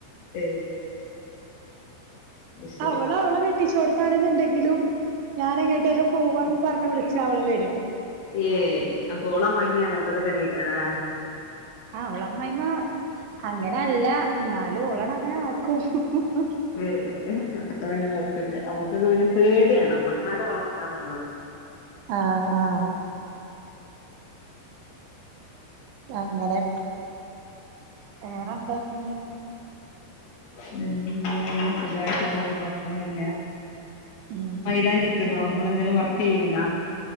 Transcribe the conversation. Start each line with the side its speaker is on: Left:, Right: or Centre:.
Left: ഏ ശരി
Right: അവള അവളെ കെട്ടിച്ച കൊടുത്താണെന്നുണ്ടെങ്കിലും ഞാൻ എങ്ങട്ടേലും പോവാണ്. പറഞ്ഞ് വിളിച്ച അവള് വെരും
Left: ഏയ് അപ്പോ ഓള അമ്മായിയമ്മ അങ്ങനത്തൊക്കെ തന്നെ ആയിരിക്കുവല്ലേ.
Right: ആ ഒള് അമ്മായിഅമ്മ അങ്ങന അല്ല എന്നാലും ഒളോട് അങ്ങന ആക്കും ഹും ഹും
Left: ഏ ഏ അപ്പ പിന്നെ കോയ്പ്പില്ല നമ്മുക്കൊക്കെ പിന്നെ പേടിയാണ് അമ്മായി മാരെ വളക്കാന്നുള്ളത്.
Right: ആഹ് ആഹ് അങ്ങനെ വേറെന്താ പിന്നെ
Left: വേറെന്താ അങ്ങനെ സുഖായിട്ട് പോന്ന് കൊഴപ്പൊന്നുമില്ല.
Right: ഉം
Left: മൈലാഞ്ചി ഒക്കെ ഇടോ നിങ്ങളന്തേലും വർക്ക് ചെയ്യണ്ടോ